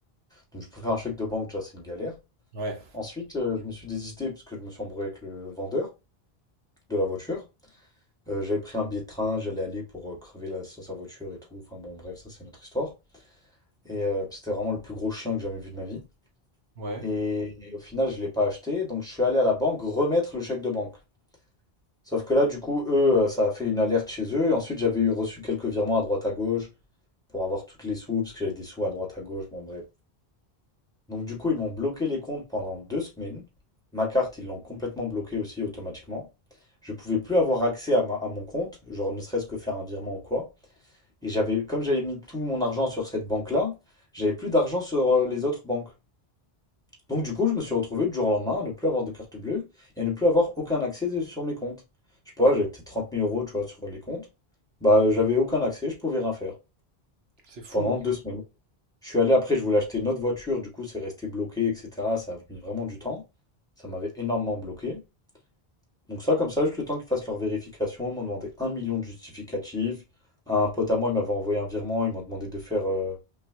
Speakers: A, in the centre; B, on the right (about 80°).
A: Donc, je peux faire un chèque de banque, déjà, c'est une galère.
B: Ouais,
A: Ensuite, euh, je me suis désisté parce que je me suis embrouillé avec le vendeur de la voiture. Euh, j'avais pris un billet de train, j'allais aller pour euh, crever la, sur sa voiture et tout. Enfin, bon, bref, ça, c'est notre histoire. Et euh, c'était vraiment le plus gros chien que j'ai jamais vu de ma vie.
B: ouais.
A: Et, et au final, je l'ai pas acheté, donc je suis allé à la banque remettre le chèque de banque. Sauf que là, du coup, eux, euh, ça a fait une alerte chez eux. Et ensuite, j'avais eu reçu quelques virements à droite à gauche pour avoir toutes les sous, parce que j'avais des sous à droite à gauche. Bon, bref. Donc, du coup, ils m'ont bloqué les comptes pendant deux semaines. Ma carte, ils l'ont complètement bloquée aussi automatiquement. Je pouvais plus avoir accès à, ma- à mon compte, genre ne serait-ce que faire un virement ou quoi. Et j'avais, comme j'avais mis tout mon argent sur cette banque-là, j'avais plus d'argent sur euh, les autres banques. Donc du coup, je me suis retrouvé du jour au lendemain à ne plus avoir de carte bleue et à ne plus avoir aucun accès de- sur mes comptes. Je sais pas, j'avais peut-être trente mille euros, tu vois, sur les comptes. Bah, j'avais aucun accès, je pouvais rien faire
B: C'est fou.
A: pendant deux semaines. Je suis allé après, je voulais acheter une autre voiture, du coup, c'est resté bloqué, etc. Ça a mis vraiment du temps. Ça m'avait énormément bloqué. Donc ça, comme ça, juste le temps qu'ils fassent leur vérification, ils m'ont demandé un million de justificatifs. Un pote à moi, il m'avait envoyé un virement, ils m'ont demandé de faire euh,